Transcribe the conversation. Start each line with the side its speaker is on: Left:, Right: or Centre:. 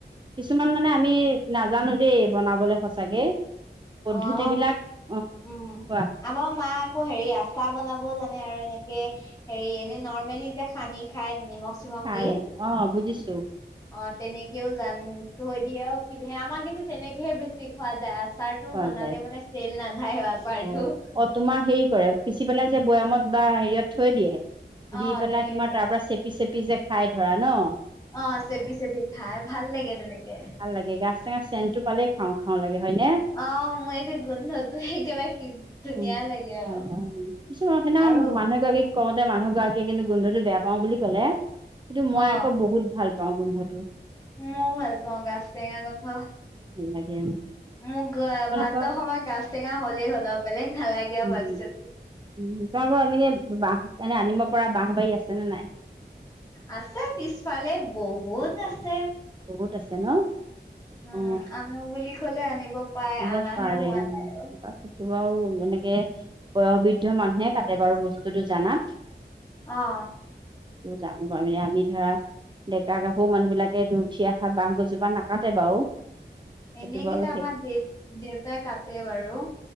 Right: কিছুমান মানে আমি নাজানোঁ দেই বনাবলৈ, সঁচাকে পদ্ধতি
Left: অ', আমাৰ
Right: বিলাক অ
Left: উম,
Right: কোৱা
Left: আমাৰ মা আকৌ হেৰি, আচাৰ বনাবও জানে আৰু এনেকে হেৰি এনে নৰ্মেলি যে সানি খায়, নিমখ চিমখ
Right: চাই,
Left: দি
Right: অ', বুজিছোঁ।
Left: অ', তেনেকেও জানৈ দিয়ে, আমাৰ কিন্তু তেনেকেহে বেছি খোৱা যায়, আচাৰটো
Right: খোৱা
Left: বনালে
Right: যায়
Left: মানে চেল নাযায়, আচাৰটো
Right: অ অ তোমাৰ হেৰি কৰে, পিচি পেলাই যে বৈয়ামত বা হেৰিয়ত থৈ দিয়ে
Left: অ',
Right: দি পেলাই,
Left: তেনেকে
Right: তোমাৰ
Left: থৈ দিয়ে।
Right: তাৰ পৰা চেপি চেপি যে খাই ধৰা ন।
Left: অ', চেবি চেবি খাই, ভাল লাগে তেনেকে।
Right: ভাল লাগে, গাছ টেঙা চেনটো পালেই খাওঁ খাওঁ লাগে, হয় নে?
Left: অ', মই একে গোন্ধ ত সেইেবাৰে, কি ধুনীয়া
Right: উম
Left: লাগে আৰু,
Right: ভাল পাওঁ উম কিছুমান সেইদিনাখন
Left: আৰু
Right: মানুহ এগৰাকীক
Left: উম
Right: কওঁতে মানুহ গৰাকীয়ে কিন্তু গোন্ধটো বেয়া পাওঁ বুলি ক'লে, কিন্তু মই
Left: অ',
Right: আকৌ বহুত ভাল পাওঁ গোন্ধটো।
Left: মইও ভাল পাওঁ, গাজ টেঙা গোন্ধ।
Right: ভাল লাগে উম,
Left: মোক গ,
Right: তোমালোকৰ
Left: ভাত সময় গাছ টেঙা হলেই হ'ল, বেলেগ ভাল লাগে
Right: উম
Left: ভাজি চাজি।
Right: উম, তোমালোকৰ এনেকে বাঁহ, এনে আনিব পৰা বাহ বাৰী আছে নে নাই?
Left: আছে পিছফালে, বহুত আছে।
Right: বহুত আছে ন?
Left: উম
Right: অ
Left: আনো বুলি ক'লে আনিব পাই,
Right: আনিব
Left: অনাহে
Right: পাৰে
Left: হোৱা
Right: উম,
Left: নাই আৰু।
Right: বা সেইটো আৰু, এনেকে বয়বৃদ্ধ মানুহে কাটে বাৰু বস্তুতটো জানাত
Left: অ'।
Right: জানো বাৰু, আমি ধৰা ডেকা গাভৰু মানুহ বিলাকে দু উঠি অহা বাহঁ গছজোপা নাকাটে বাৰু সেইটো
Left: এনেই
Right: বাৰু
Left: কিন্তু আমাৰ দ, দেউতাই কাটে বাৰু